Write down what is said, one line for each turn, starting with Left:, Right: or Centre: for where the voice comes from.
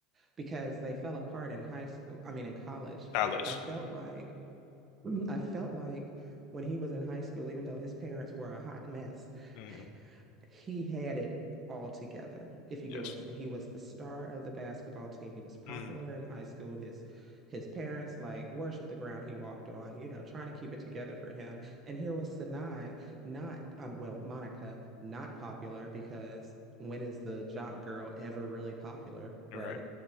Right: because they fell apart in high school, I mean in college,
Left: college.
Right: I felt like Mhm. I felt like when he was in high school, even though his parents were a hot mess,
Left: Mm.
Right: <laughs> he had it all together, if
Left: Yes.
Right: you get what I'm saying. He was the star of the basketball team. He was popular
Left: Mm.
Right: in high school. His his parents like worshiped the ground he walked on, you know, trying to keep it together for him. And here was Sanai, not um, well, Monica, not popular because when is the jock girl ever really popular,
Left: Right.
Right: right?